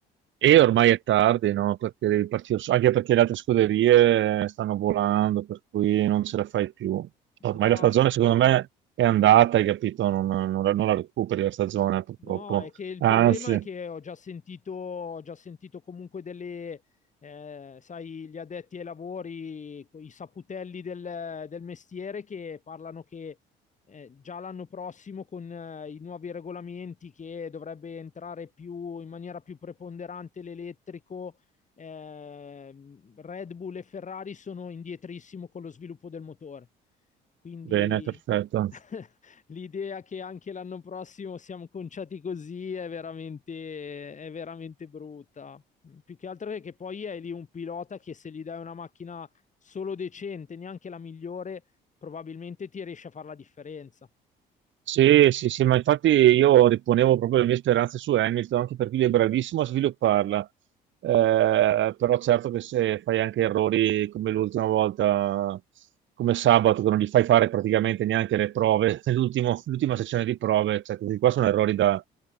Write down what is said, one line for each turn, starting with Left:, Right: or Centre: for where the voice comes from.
Right: E ormai è tardi, no? Perché devi partire, su- anche perché le altre scuderie stanno volando, per cui non ce la fai più. Ormai
Left: No,
Right: la stagione, secondo me, è andata, hai capito? Non, non la, non la recuperi la stagione, purtroppo.
Left: No, è che il
Right: Anzi,
Left: problema è che ho già sentito, ho già sentito comunque delle, eh, sai, gli addetti ai lavori, i saputelli del, del mestiere che parlano che eh, già l'anno prossimo con eh, i nuovi regolamenti che dovrebbe entrare più, in maniera più preponderante l'elettrico, ehm, Red Bull e Ferrari sono indietrissimo con lo sviluppo del motore. Quindi...
Right: bene, perfetto.
Left: <laughs> L'idea che anche l'anno prossimo siamo conciati così è veramente, è veramente brutta. Più che altro è che poi è lì un pilota che se gli dai una macchina solo decente, neanche la migliore, probabilmente ti riesce a fare la differenza.
Right: Sì, sì, sì, ma infatti io riponevo proprio le mie speranze su Hamilton, anche perché lui è bravissimo a svilupparla. Eh, però certo che se fai anche errori come l'ultima volta, come sabato, che non gli fai fare praticamente neanche le prove, <laughs> l'ultimo- l'ultima sessione di prove, cioè questi qua sono errori da,